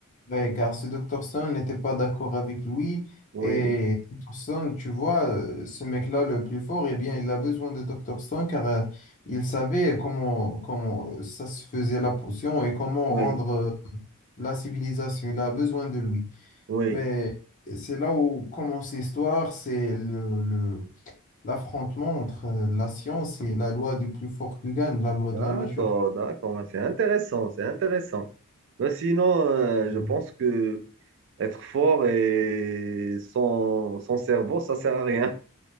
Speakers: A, on the left (about 35°); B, on the right (about 55°).
A: Ouais, car ce Docteur Stone n'était pas d'accord avec lui,
B: Oui.
A: et Docteur Stone, tu vois, euh, ce mec-là le plus fort, eh bien, il a besoin de Docteur Stone car euh, il savait comment, comment euh, ça se faisait la potion et comment
B: Oui,
A: rendre euh, la civilisation. Il a besoin de lui.
B: Oui,
A: Mais c'est là où commence l'histoire, c'est le, le- l'affrontement entre euh, la science et la loi du plus fort qui gagne, la loi
B: d'accord,
A: de la nature.
B: d'accord. Ben, C'est intéressant, c'est intéressant. Ben, sinon, euh,
A: Mhm.
B: je pense que être fort et sans, sans cerveau, ça sert à rien.